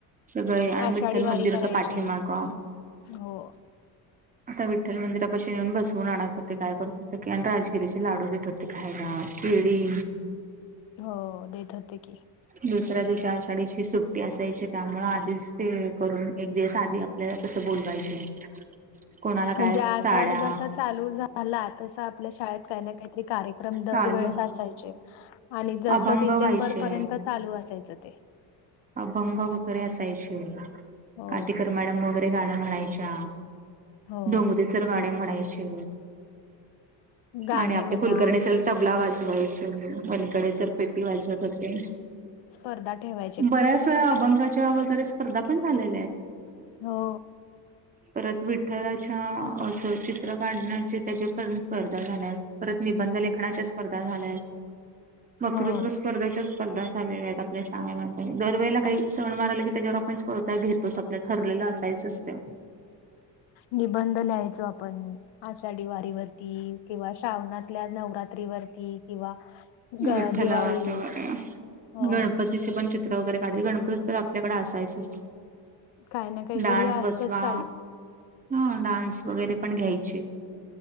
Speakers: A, on the right; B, on the left.
A: सगळे आणि
B: आषाढी
A: विठ्ठल
B: वारी
A: मंदिर
B: करायचे
A: होतं पाठीमाग.
B: हो.
A: आता विठ्ठल मंदिरापशी न्हेऊन बसवून आणत होते. काय करत होत की आणि राजीगिरीचे लाडू देत होते खायला, केळी
B: हो, देत होते की.
A: दुसऱ्या दिवशी आषाढी ची सुट्टी असायची त्यामुळे आधीच ते करून एक दिवस आधी आपल्याला तसं बोलवायचे. कोणाला
B: म्हणजे
A: काय
B: आषाढ
A: साड्या
B: जसा चालू झाला तस आपल्या शाळेत काही ना काही ते कार्यक्रम दरवेळेस
A: चालू
B: असायचे. आणि जसं
A: अभंग
B: डिसेंबर
A: व्हायचे
B: पर्यंत चालू असायचं ते.
A: अभंग वगैरे असायचे.
B: हो
A: आटीकर मॅडम वगैरे गाणं म्हणायच्या.
B: हो
A: डोंगरे सर गाणे म्हणायचे.
B: गाणे
A: आणि आपले
B: म्हणा
A: कुलकर्णी सर तबला वाजवायचे. वनकडे सर पेटी वाजवत होते.
B: पर्धा ठेवाय
A: बऱ्याच वेळा अभंगाच्या वगैरे स्पर्धा पण झालेल्या आहेत.
B: हो.
A: परत विठ्ठलाच्या असं चित्र काढण्याचे त्याच्यापर्यंत स्पर्धा झाल्या आहेत. परत निबंध लेखनाच्या स्पर्धा झाल्या आहेत वकृत्व
B: हो
A: स्पर्धेच्या स्पर्धा झालेल्या आहेत आपल्या शाळे मध्ये दरवेळेला काही सण वार आले की त्याच्यावर आपण स्पर्धा घेतोच आपलं ठरलेलं असायचच <inaudible>
B: निबंध ल्यायचो आपण आषाढी वारी वरती किंवा श्रावणातल्या नवरात्री वरती किंवा ग
A: विठ्ठला
B: दिवाळी
A: वरती वगैरे
B: हो
A: गणपती कशी पण चित्र वगैरे काढले गणपतीत तर आपल्याकडें असायचंच
B: काही ना काहीतरी
A: डान्स
B: असतच
A: बसवा
B: चालू
A: हा डान्स वगैरे पण घ्यायचे